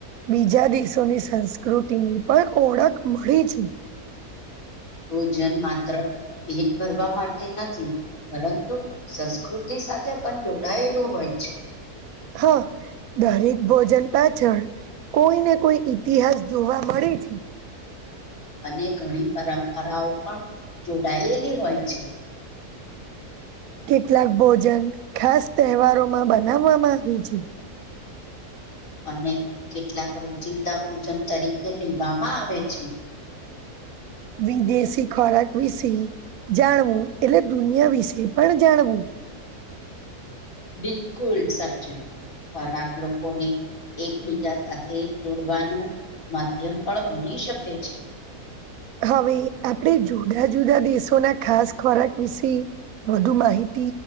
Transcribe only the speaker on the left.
ભોજન માત્ર પેટ ભરવા માટે નથી પરંતુ સંસ્કૃતિ સાથે પણ જોડાયેલું હોય છે.
અને ઘણી પરંપરાઓ પણ જોડાયેલી હોય છે
અને કેટલાક રોજિંદા ભોજન તરીકે લેવામાં આવે છે.
બિલકુલ સાચું. ખોરાક લોકોને એકબીજા સાથે જોડવાનું માધ્યમ પણ બની શકે છે